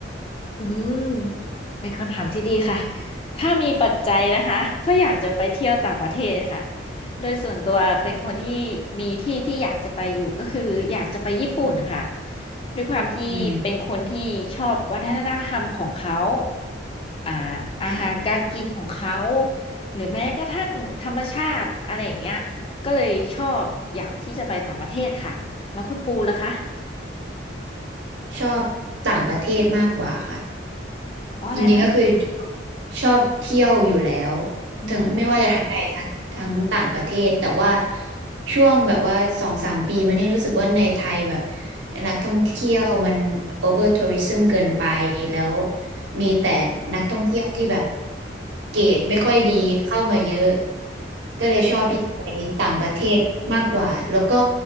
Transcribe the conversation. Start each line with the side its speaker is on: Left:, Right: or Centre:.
Left: อืมเป็นคำถามที่ดีค่ะถ้ามีปัจจัยนะคะก็อยากจะไปเที่ยวต่างประเทศค่ะโดยส่วนตัวเป็นคนที่มีที่ที่อยากจะไปอยู่ก็คืออยากจะไปญี่ปุ่นนะคะด้วยความที่เป็นคนที่ชอบวัฒนธรรมของเขา
Right: อืม
Left: อ่าอาหารการกินของเขา
Right: ค่ะ
Left: หรือแม้กระทั่งธรรมชาติอะไรอย่างเงี้ยก็เลยชอบอยากที่จะไปต่างประเทศค่ะแล้วคุณปูล่ะคะ
Right: ชอบต่างประเทศมากกว่าค่ะ
Left: เพราะอะไรคะ
Right: จริงๆก็คือชอบชอบเที่ยวอยู่แล้ว
Left: อืม
Right: ทั้งไม่ว่าจะทั้งในทั้งทั้งต่างประเทศแต่ว่าช่วงแบบว่าสองสามปีมานี่รู้สึกว่าในไทยแบบ นักท่องเที่ยวมันโอเวอร์ทัวริึมเกินไปแล้วมีแต่นักท่องเที่ยวที่แบบ
Left: อืม
Right: เกรดไม่ค่อยดีเข้ามาเยอะ
Left: อืม
Right: ก็เลยชอบที่จะไปต่างประเทศมากกว่าแล้วก็